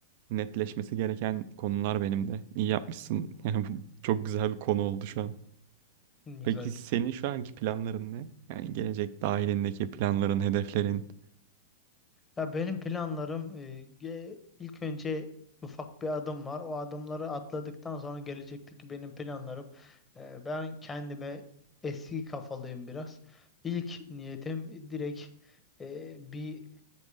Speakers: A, on the right; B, on the left.
A: netleşmesi gereken konular benim de. İyi yapmışsın. <laughs> Yani bu çok güzel bir konu oldu şu an.
B: Güzel
A: Peki senin
B: güzel.
A: şu anki planların ne? Yani gelecek dahilindeki planların, hedeflerin.
B: Ya benim planlarım e, ge- ilk önce ufak bir adım var. O adımları atladıktan sonra gelecekteki benim planlarım. e, ben kendime eski kafalıyım biraz. İlk niyetim direkt e, bir